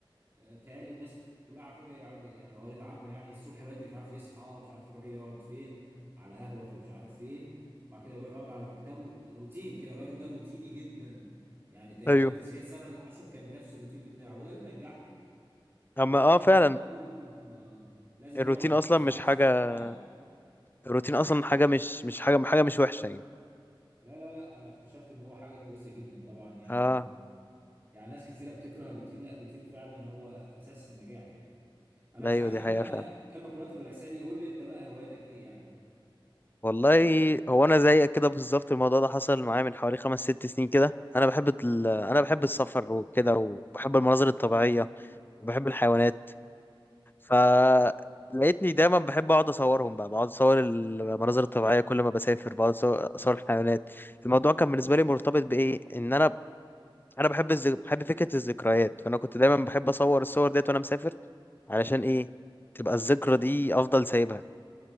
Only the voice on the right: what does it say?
آه، تهيألي الناس كلها عارفه بيقعد يعني لو قريت عنه يعني الصبح بدري مش عارف يصحى مش عارف يروح يقعد فين على قهوه في مش عارف فين وبعد كده يروح يقعد على مكتبه روتين كده الراجل ده روتيني جدا يعني تقريبا
90 سنه اللي عاشهم كان بنفس الروتين بتاعه وده اللي نجحه
فهو
كان
جيركين كده آه. لازم
يقعد
يكتب
10
صفحات
اه
لا
لا لا لا انا اكتشفت ان هو حاجه كويسه جدا طبعا يعني
يعني ناس كتيره بتكره الروتين لا الروتين فعلا هو اساس النجاح يعني انا مش
عايز
انا
كلمه كلها تبقى لحسابي قول لي انت بقى هوايتك ايه يعني